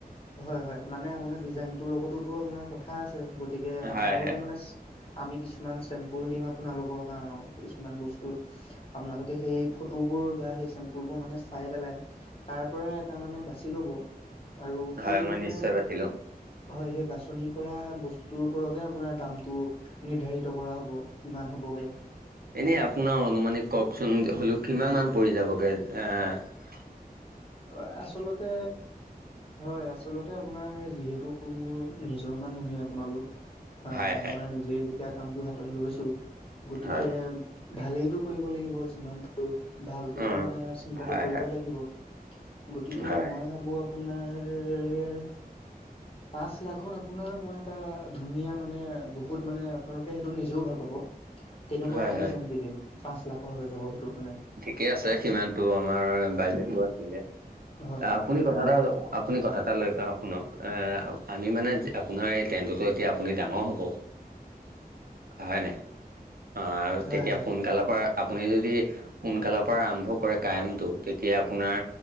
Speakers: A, on the left; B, on the right.
A: হয় - হয়, মানে আপোনাৰ ডিজাইনটোৰ লগতোতো আপোনাৰ কথা আছে গতিকে আপোনালোকে
B: হয় হয়
A: মানে আমি কিছুমান চেম্পুল দিম আপোনালোকক আৰু কিছুমান বস্তু আপোনালোকে সেই ফটোবোৰ বা সেই চেম্পুল বোৰ মানে চাই পেলাই তাৰ পৰা এটা মানে বাচি ল'ব আৰু সেই
B: হয় মই
A: মানে
B: নিশ্চয় বাছি লম
A: হয় সেই বাচনি কৰা বস্তুটোৰ ওপৰতে আপোনাৰ দামটো নিৰ্ধাৰিত কৰা হ'ব। কিমান হ'বগে
B: এনে আপোনাৰ অনুমানিক কওকচোন হ'লেও কিমান মান পৰি যাবগে আ?
A: অ', আচলতে হয়, আচলতে আপোনাৰ যিহেতু মোৰ নিজৰ মানুহে আপোনালোক আ,
B: হয় হয়
A: মই নিজে যেতিয়া কামটো হাতত লৈছো গতিকে
B: হয়
A: ভালেইটো কৰিব লাগিব যিমান কৰো ভালটোয়েটো
B: অ
A: মানে চিন্তাটো
B: হয়
A: কৰিব
B: হয়
A: লাগিব গতিকে
B: হয়
A: মই ভাবো আপোনাৰ পাঁচ লাখত আপোনাৰ মই এটা ধুনীয়া মানে বহুত মানে আপোনালোকে সেইটো নিজেও ভাল পাব তেনেকুৱা
B: হয়
A: এটা
B: হয়
A: ডিজাইন দি দিম পাঁচ লাখৰ হৈ যাব সেইটো মানে
B: কে আছে সিমানটো আমাৰ বাইজেটো আছিলে
A: হয় হয়
B: আপুনি কথা এটা আপুনি কথা এটা লৈ শুনক এ আমি মানে আপোনাৰ এই টেনতো এতিয়া আপুনি ডাঙৰ হ'ব হয় নাই? অ', আৰু
A: হয়
B: তেতিয়া
A: হয়
B: সোনকালৰ পৰা আপুনি যদি সোনকালৰ পৰা আৰম্ভ কৰে কায়মটো তেতিয়া আপোনাৰ